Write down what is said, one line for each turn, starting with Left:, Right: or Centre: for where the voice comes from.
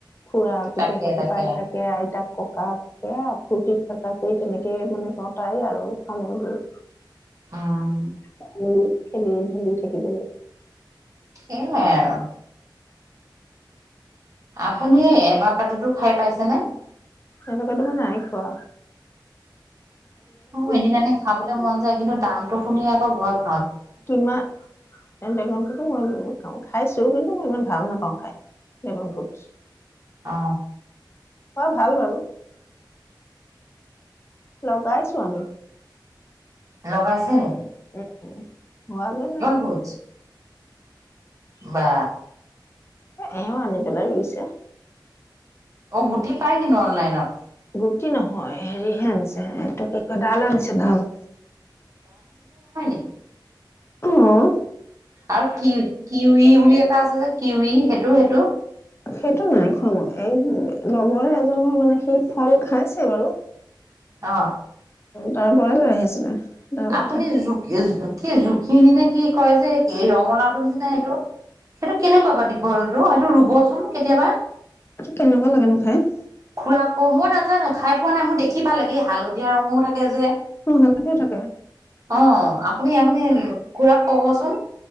Left: খুৰা,
Right: তাকে
Left: গোটেইসোপাকে
Right: তাকে
Left: পাই থাকে আইতাক। ককাকে ফূৰ্তি-ফাৰ্তা কৰি তেনেকে মানে কতাই আৰু, সময়বোৰ।
Right: উম
Left: অ। খেলি, ঢেলি থাকিবলৈ।
Right: সেইয়াই আৰু আপুনি এবাকাদটো খাই পাইছেনে?
Left: এবকাদু মই নাই খোৱো।
Right: অ এনে জানে খাবলৈ মন যায়, কিন্তু দামতটো শুনি আকৌ ঘৰত।
Left: কিমা এ ড্ৰেগান ফুদটো মই। খাইছো, কিন্তু মই ইমান ভাল নাপাওঁ খাই ড্ৰেগন ফুদছ্।
Right: অ।
Left: ভাল বাৰু। লগাইছো আমি।
Right: লগাইছে নে?
Left: উম। হোৱাগে নাই।
Right: ফ্ৰুটছ বা।
Left: এ এও আনি পেলাই ৰুইছে।
Right: গুটি পাই কিনো, অনলাইনত।
Left: গুটি নহয় হেৰিহে আনিছে, এইটো কি কয় ডাল আনিছে, ডাল।
Right: উ
Left: আহ
Right: আৰু কি কিউ ই বুলি এটা আছে যে কিউৱি সেইটো সেইটো
Left: সেইটো নাই খোৱা মই এই লগৰে এজনৰ মানে সি ফল খাইছে বাৰু
Right: অ
Left: তাৰ পৰাই লৈ আহিছিলে ডাল
Right: আপুনি
Left: এটা
Right: কি জুখি নি নে কি কয় যে এই ৰঙালাওৰ নিচিনা এইেইটো সেইটো কেনেকুৱা বা দীঘল টো সটো ৰুবচোন কেতিয়াবা
Left: কেনেকুৱা লাগে নো খাই
Right: খুৰা কমত নাজানো খাই পোৱা নাই মোৰ দেখি ভাল লাগে হালধীয়া ৰঙোও থাকে যে
Left: অ হালধীয়া থাকে
Right: অ আপুনি আপুনি খুৰাকৰাক কবচোন